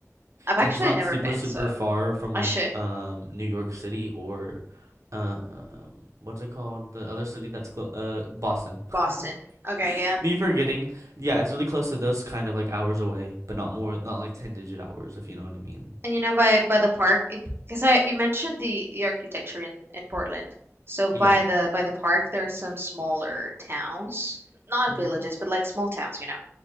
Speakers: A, on the right (about 45°); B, on the right (about 70°).
A: I've actually
B: and it's not
A: never
B: super
A: been,
B: super
A: so
B: far from
A: I
B: like
A: should.
B: um New York City or um what's it called the other city that's clo- uh Boston. <laughs>
A: Boston. Okay, yeah.
B: Me forgetting. Yeah, it's really close to those kind of like hours away, but not more not like 10 digit hours if you know what I mean.
A: And you know, by by the park, because I you mentioned the the architecture in in Portland. So by
B: Yeah.
A: the by the park, there are some smaller towns, not
B: Mhm.
A: villages, but like small towns, you know.